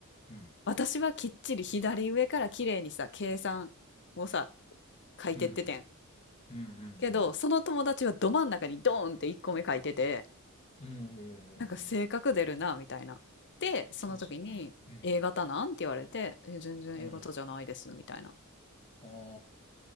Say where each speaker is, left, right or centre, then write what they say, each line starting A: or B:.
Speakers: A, on the left; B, on the left.
A: うん。うん。
B: 私はきっちり左上から綺麗にさ、計算をさ、書いてっててん。
A: うん。うん。うん。う
B: けど、
A: ん。
B: その友達はど真ん中にドーンって1個目書いてて、
A: うんうんう
B: なんか性格出るな、
A: んうん
B: みたいな。で、その時に、
A: 確かに。うん。
B: A 型なんって言われて、え、全然
A: うん。
B: A 型じゃないです、みたいな。
A: あ